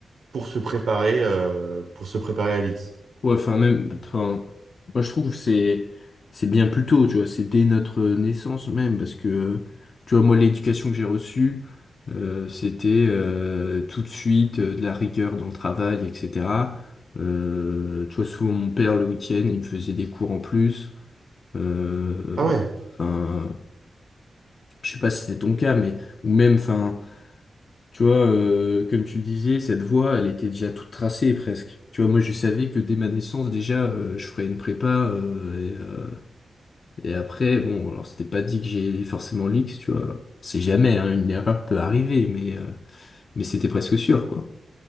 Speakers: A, on the right; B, on the left.
A: pour se préparer, euh, pour se préparer à l'X.
B: ouais, enfin, même, enfin, moi, je trouve que c'est c'est bien plus tôt, tu vois, c'est dès notre naissance même, parce que, tu vois, moi, l'éducation que j'ai reçue, euh, c'était euh, tout de suite euh, de la rigueur dans le travail, etc. Euh, tu vois, souvent, mon père, le week-end, il me faisait des cours en plus. Euh,
A: Ah
B: Enfin, je sais pas si c'est ton cas, mais ou même, enfin. Tu vois, euh, comme tu le disais, cette voie, elle était déjà toute tracée presque. Tu vois, moi, je savais que dès ma naissance, déjà, euh, je ferais une prépa. euh, et, euh, et après, bon, alors c'était pas dit que j'ai forcément l'X, tu vois. C'est jamais, hein, une erreur peut arriver, mais, euh, mais c'était presque sûr, quoi.